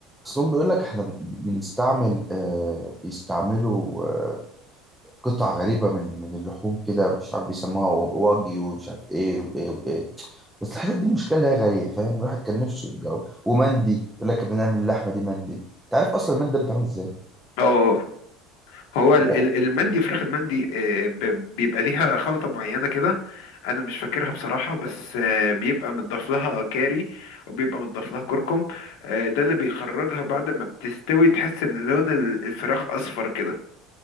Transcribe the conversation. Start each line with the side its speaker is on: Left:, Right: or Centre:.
Centre: اصلهم بيقول لك احنا ب- بنستعمل آه بيستعملوا آه قطع غريبة من من اللحوم كده مش عارف بيسموها واجي ومش عارف ايه وايه وايه بس الحتت دي المشكله اللي هي غاليه فاهم الواحد كان نفسه يجرب ومندي يقول لك بنعمل اللحمه دي مندي انت عارف اصلا المندي ده بيتعمل ازاي
Left: اه هو ال-
Centre: يقول لك
Left: ال- المندي فراخ المندي آه، ب- بيبقى ليها خلطة معينة كده انا مش فاكرها بصراحة بس آه، بيبقى متضاف لها كاري وبيبقى متضاف لها كركم آه، ده اللي بيخرجها بعد ما بتستوي تحس ان لون ال- الفراخ اصفر كده